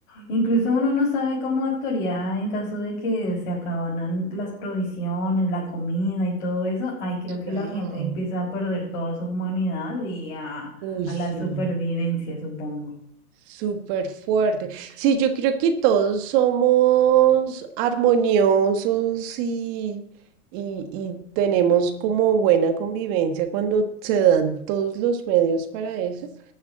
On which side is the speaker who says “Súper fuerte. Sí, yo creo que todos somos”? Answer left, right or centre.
Right